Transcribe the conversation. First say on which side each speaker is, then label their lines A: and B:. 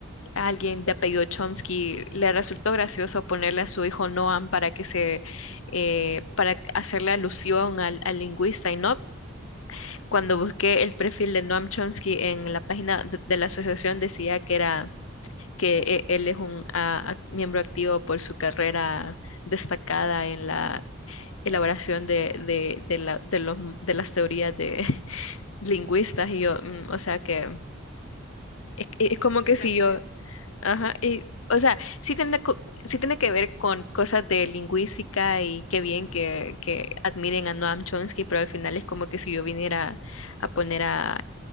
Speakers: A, on the left; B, on the left.
A: a alguien de apellido Chomsky le resultó gracioso ponerle a su hijo Noam para que se, eh, para hacerle alusión al, al lingüista? Y no, cuando busqué el perfil de Noam Chomsky en la página de, de la asociación decía que era... que eh, él es un ah, ac- miembro activo por su carrera destacada en la elaboración de, de, de, la- de los, de las teorías de <laughs> lingüistas y yo, mm, o sea que es, es
B: No
A: como
B: tiene
A: que si
B: nada que
A: yo,
B: ver.
A: ajá, y, o sea, sí tiene, co- sí tiene que ver con cosas de lingüística y qué bien que, que admiren a Noam Chomsky, pero al final es como que si yo viniera a poner a,